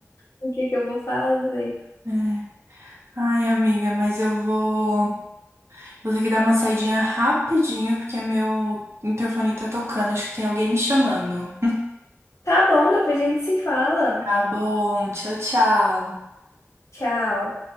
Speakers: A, on the left; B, on the right.
A: o que que eu vou fazer.
B: é. Ai, amiga, mas eu vou. Vou ter que dar uma saidinha rapidinho, porque meu interfone tá tocando. Acho que tem alguém me chamando.
A: Tá bom, depois a gente se fala.
B: Tá bom, tchau, tchau.
A: Tchau.